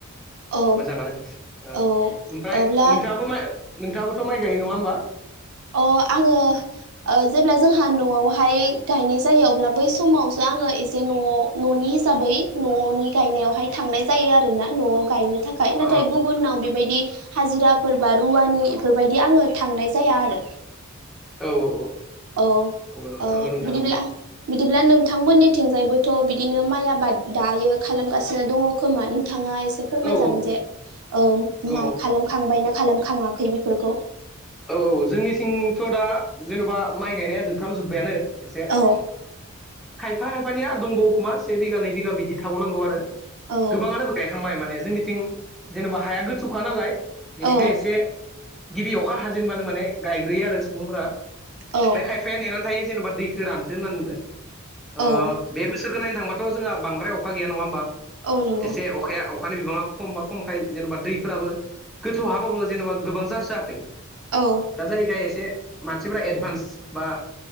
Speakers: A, on the right; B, in the centre.
A: औ
B: मोजाङानो ओमफ्राय
A: औ अब्ला
B: नोंथाङाबो माय नोंथाङाबोथ' माइ गायो नङा होमबा
A: अ आङो ओ जेब्ला जोंहा न'आवहाय गायनाय जायो अब्ला बै समावसो आङो एसे न'आव न'नि हिसाबै न'नि गायनायावहाय थांनाय जायो आरोना न'आव गायनो थाखाय
B: ओ
A: नाथाय गुबुनाव बेबायदि हाजिराफोर बा रुवानि बेफोरबायदि आङो थांनाय जाया आरो
B: औ औ औ
A: औ
B: नंगौ
A: ओ
B: नंगौ नोंथां
A: बिदिब्ला
B: नंगौ
A: बिदिब्ला नोंथांमोननिथिंजायबोथ' बिदिनो माइ आबाद दायो खालामगासिनो दङ खोमा नोंथाङा एसे फोरमायजागोन
B: औ
A: जे ओ
B: औ
A: मा खालामखांबाय ना खालाम खाङाखै बेफोरखौ
B: औ औ औ जोंनिथिंथ' दा जेन'बा माइ गायनाया जोबफ्राम जोब्बायानो । एसे
A: औ
B: खायफा खायफानिया दंबावो खोमा से बिगा नै बिगा बिदि थाबावनांगौ आरो ।
A: औ
B: गोबाङानोबो गायखांबाय माने जोंनिथिं जेनेबा हाया गोथौखा नालाय बेनिखाय
A: औ
B: एसे गिबि अखा हाजेनबानो माने गाय ग्रोयो आरो सुबुंफोरा ओमफ्राय
A: औ
B: खायफाया नेनानै थायो जेनोबा दैखो रानथो होननानैबो । ओ
A: औ
B: बे बोसोरखौ नायनो थांबाथ' जोंहा बांद्राय अखा गैया नङा होमबा?
A: औ नंगौ
B: एसे अखाया अ अखानि बिबाङा खमबा खमखाय जेनेबा दैफोराबो गोथौ हाब्लाबो जेनेबा गोबां जासोआखै ।
A: औ
B: दा जायोखाय एसे मानसिफ्रा एडभान्स बा